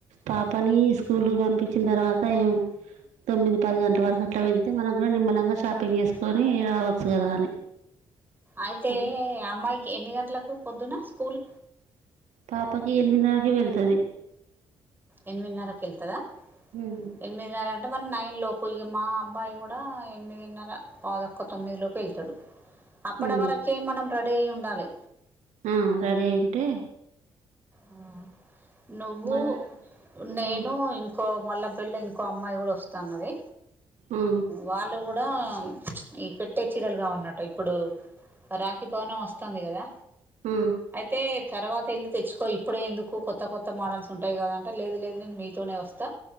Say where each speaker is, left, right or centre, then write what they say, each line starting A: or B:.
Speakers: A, on the right; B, on the right.
A: పాపని స్కూల్ పంపించిన తర్వాత ఏమో తొమ్మిది పది గంటల వరకు అట్లా వెళ్తే మనం కూడా నిమ్మలంగా షాపింగ్ చేసుకొని రావచ్చు కదా అని
B: అయితే
A: అట్లా
B: అమ్మాయికి ఎన్ని గంటలకు పొద్దున స్కూల్
A: పాపకి ఎనిమిదిన్నరకి వెళ్తది
B: ఎనిమిదిన్నరకీ వెళ్తాదా
A: ఉమ్
B: ఎనిమిదిన్నర అంటే మన నైన్ లోపు ఇక మా అబ్బాయి కూడా ఎనిమిదిన్నర పావు తక్కువ తొమ్మిది లోపు వెళ్తాడు అప్పడవరకే
A: ఉమ్
B: మనం రెడీ అయ్యి ఉండాలి
A: ఆ రెడీ అయ్యి ఉంటే
B: ఆ నువ్వు
A: మళ్ళా
B: నేను
A: ఆ
B: ఇ ఇంకో మళ్ళాపిల్ల ఇంకో అమ్మాయి కూడా వస్తాన్నది
A: ఆ
B: వాళ్ళు కూడా ఈ పెట్టే చీరలుగా ఉన్నటు ఇప్పుడు రాఖీ పూర్ణిమ వస్తుంది కదా
A: ఆ
B: అయితే తర్వాత వెళ్ళి తెచ్చుకో ఇప్పుడే ఎందుకు కొత్త కొత్త మోడల్స్ ఉంటాయి కదా అంటే లేదు లేదు నేను మీతోనే వస్తా